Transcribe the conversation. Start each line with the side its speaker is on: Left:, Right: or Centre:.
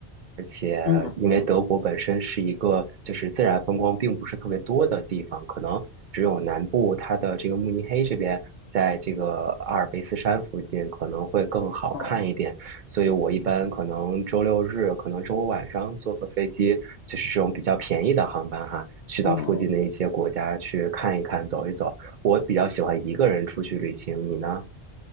Right: 而且因为德国本身是一个就是自然风光并不是特别多的地方，
Left: 嗯嗯
Right: 可能只有南部它的这个慕尼黑这边，在这个阿尔卑斯山附近可能会更好看一点。
Left: 哦，
Right: 所以我一般可能周六日，可能周五晚上坐个飞机，就是这种比较便宜的航班哈，去到附近的一些国家去看一看、
Left: 嗯。
Right: 走一走。我比较喜欢一个人出去旅行，你呢？